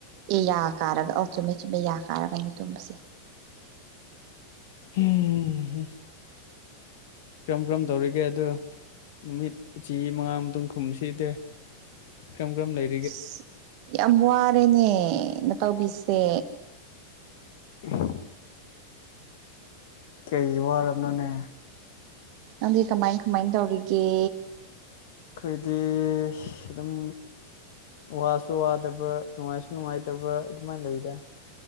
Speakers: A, on the right; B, on the left.
A: ꯑꯦ ꯌꯥ ꯀꯥꯔꯒ ꯑꯣ ꯆꯨꯝꯃꯦ ꯆꯨꯝꯃꯦ ꯌꯥ ꯀꯥꯔꯒꯅꯤ ꯇꯨꯝꯕꯁꯦ
B: ꯎꯝ ꯍꯨꯝ ꯀ꯭ꯔꯝ ꯀ꯭ꯔꯝ ꯇꯧꯔꯤꯒꯦ ꯑꯗꯨ ꯅꯨꯃꯤꯠ ꯆꯦ ꯃꯉꯥ ꯃꯇꯨꯡ ꯈꯨꯝꯁꯤꯇꯦ ꯀꯔꯝ ꯀꯔꯝ ꯂꯩ
A: ꯑꯁ ꯌꯥꯝ ꯋꯥꯔꯦꯅꯦ ꯃꯇꯥꯎꯕꯤꯁꯦ
B: <unintelligible> ꯀꯩꯒꯤ ꯋꯥꯔꯝꯅꯣꯅꯦ
A: ꯑꯗꯨꯗꯤ ꯀꯃꯥꯏ ꯀꯃꯥꯏ ꯇꯧꯔꯤꯒꯦ
B: ꯑꯩꯈꯣꯏꯗꯤ ꯑꯗꯨꯝ ꯋꯥꯁꯨ ꯋꯥꯗꯕ ꯅꯨꯡꯉꯥꯏꯁꯨ ꯅꯨꯡꯉꯥꯏꯇꯕ ꯑꯗꯨꯃꯥꯏꯟ ꯂꯩꯗ